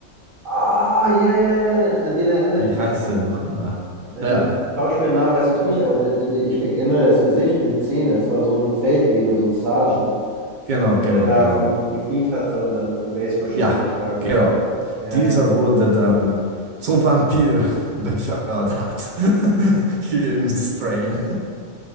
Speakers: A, on the right; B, on the right.
A: Ah, ja, ja, ja, ja, an den erinnere
B: Wie
A: ich mich
B: heißt
A: noch.
B: er nochmal?
A: Ja,
B: Ja,
A: den Schauspielnamen weiß ich nicht, aber der der der ich erinnere das Gesicht und die Zähne. Es war so ein Feldwebel, so ein Sergeant,
B: Genau, genau,
A: der da
B: genau.
A: auf dem gekniet hatte und dann mit 'm Baseballschläger
B: Ja,
A: erschlagen
B: genau.
A: wurde. Ja,
B: Dieser
A: ja, ja.
B: wurde dann zum Vampir <laughs> befördert. <laughs> Hier im Strain.